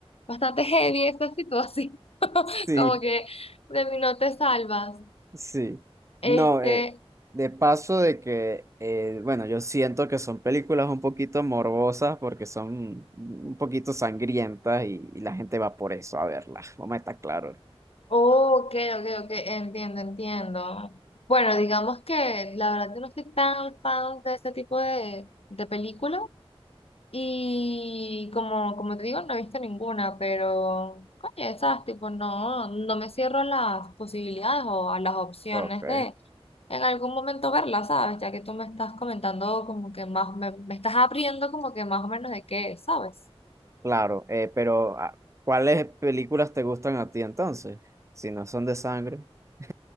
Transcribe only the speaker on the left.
bastante heavy esta situación. <laughs>
Como que de mí no te salvas.
Este,
Ok, ok, ok, entiendo, entiendo. Bueno, digamos que la verdad yo no soy tan fan de ese tipo de, de películas y como, como te digo, no he visto ninguna, pero coño, esas tipo no, no me cierro a las posibilidades o a las opciones
de en algún momento verlas, ¿sabes? Ya que tú me estás comentando como que más, me, me estás abriendo como que más o menos de qué, es, ¿sabes?